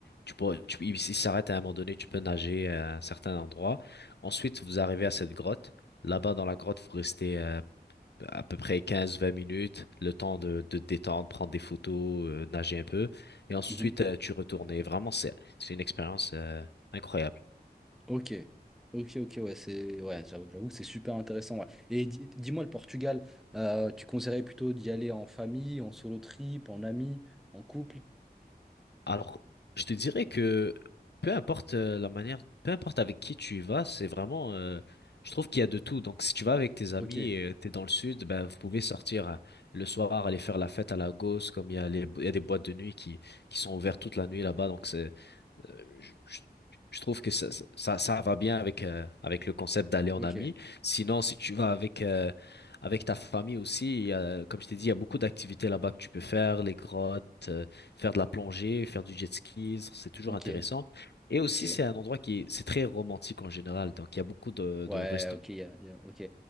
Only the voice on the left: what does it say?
Tu peux, tu, ils ils s'arrêtent à un moment donné, tu peux nager à un certain endroit. Ensuite, vous arrivez à cette grotte. Là-bas, dans la grotte, vous restez euh, à peu près quinze vingt minutes, le temps de, de te détendre, prendre des photos, euh, nager un peu. Et ensuite,
euh, tu retournes. Et vraiment, c'est, c'est une expérience euh, incroyable.
Alors, je te dirais que peu importe euh, la manière, peu importe avec qui tu y vas, c'est vraiment, euh, je trouve qu'il y a de tout. Donc, si tu vas avec tes amis,
et euh, t'es dans le sud, ben vous pouvez sortir euh, le soir, aller faire la fête à Lagos, comme il y a les, il y a des boîtes de nuit qui qui sont ouvertes toute la nuit là-bas. Donc, c'est euh, je, je- je trouve que ça, ça, ça va bien avec, euh, avec le concept d'aller en
ami. Sinon, si tu vas avec, euh, avec ta famille aussi, il y a- comme je t'ai dit, il y a beaucoup d'activités là-bas que tu peux faire, les grottes, euh, faire de la plongée, faire du jet ski, c'est toujours
intéressant. Et aussi,
c'est un endroit qui est, c'est très romantique en général, donc il y a beaucoup de,
de restaurants,